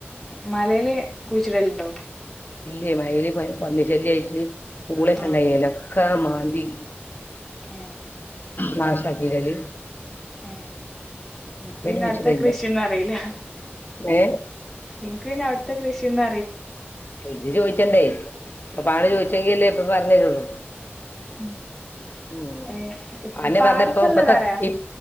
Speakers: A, in the centre; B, on the left (about 50°).
A: മലയില് കുഴിച്ചിടല്ലുണ്ടോ
B: ഇല്ലേ മയിൽ പന്നി ശല്യയിട്ട് പൂളൊക്കെണ്ടായ്ന്നല്ലൊ
A: ആഹ്
B: ഒക്കെ മാന്തി
A: ഏ
B: നാശാക്കീലെ ഓല്
A: ഏ പിന്നെ
B: കുഴിച്ചിട്ടില്ല
A: അവ്ടുത്തെ കൃഷിയൊന്നും അറിയില്ല
B: ഏ
A: എനിക്ക് പിന്നെ അവിടുത്തെ കൃഷിന്ന
B: ഇജ്ജ് ചോദിച്ചണ്ടേ ഇപ്പാണ്ട് ചോദിച്ചെങ്കിലല്ലേ ഇപ്പ പറഞ്ഞരുള്ളൂ
A: ഉം
B: അ
A: ഏഹ് ഇപ്പൊ
B: അയ്ന്നെ
A: പാടത്തുള്ളതറിയാ
B: പറഞ്ഞ് ഇപ്പ ഇപ്പത്തെ ഇം